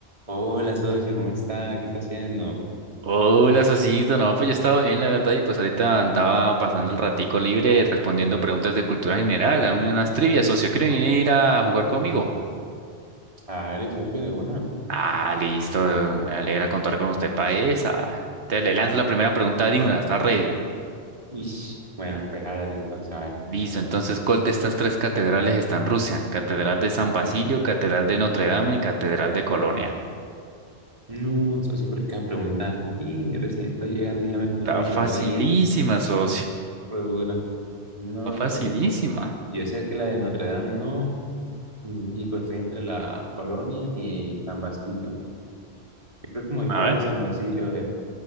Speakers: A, on the right; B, on the right.
A: Hola, socio, ¿cómo está? ¿Qué está haciendo?
B: Hola, Sosito. No, pues yo estaba bien, la verdad, y pues ahorita andaba pasando el ratico libre respondiendo preguntas de cultura general, a unas trivias, socio. ¿Quiere venir a jugar conmigo?
A: Hágale, socio, de una.
B: Ah, listo. Me alegra contar con usted para esa. Te le lanzo la primera pregunta de una. ¿Está ready?
A: Uy, bueno, pues hágale entonces, a ver.
B: Listo. Entonces, ¿cuál de estas tres catedrales está en Rusia? Catedral de San Basilio, Catedral de Notre Dame y Catedral de Colonia.
A: No, socio, pero qué pregunta. Y recién estoy llegando y ya me puso
B: Está
A: una
B: facilísima,
A: pregunta aquí,
B: socio.
A: re dura. No,
B: Está facilísima.
A: pues, yo sé que la de Notre Dame no, y, y, pues estoy entre la Colonia y San Basilio. Yo creo que me voy
B: A
A: por la
B: ver.
A: de San Basilio, a ver.